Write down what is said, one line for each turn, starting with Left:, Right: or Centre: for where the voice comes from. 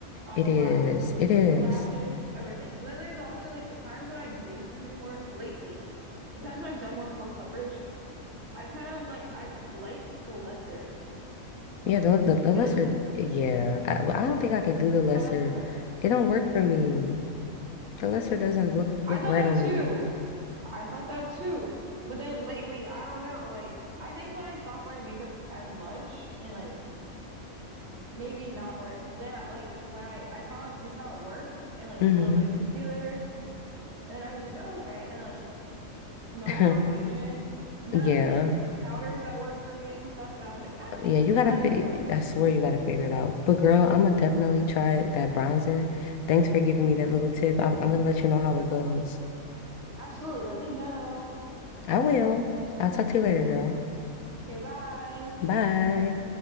Right: I'm
Left: It
Right: not gonna
Left: is.
Right: lie.
Left: It is.
Right: The lashes, everything. But then there's also like the times when I do do more lately. The times when I've done more full coverage, I kind of am like I like the lesser coverage.
Left: Yeah, the the, the
Right: Like
Left: lesser.
Right: it looks,
Left: Yeah, I, well, I don't think I
Right: it
Left: can do the lesser.
Right: kind of looks better.
Left: It don't work for me. The lesser
Right: Hmm.
Left: doesn't look
Right: I
Left: look
Right: thought
Left: right
Right: that
Left: on
Right: too.
Left: me.
Right: I thought that too. But then lately, I don't know. Like I think when I stopped wearing makeup as much and like maybe not wear then I like when I I found McConnell worked and like
Left: hmm
Right: a little bit of concealer and then I was like oh okay and then like no
Left: <laughs>
Right: foundation and then I
Left: Yeah.
Right: like the powders that worked for me and stuff and I was like actually
Left: Yeah,
Right: this
Left: you gotta
Right: doesn't
Left: fi
Right: look
Left: I swear you gotta figure it out. But girl, I'm gonna definitely try that bronzer. Thanks for giving me that little tip. I, I'm gonna let you know how it goes.
Right: absolutely let me know
Left: I will. I'll talk to you later, girl.
Right: okay bye
Left: Bye.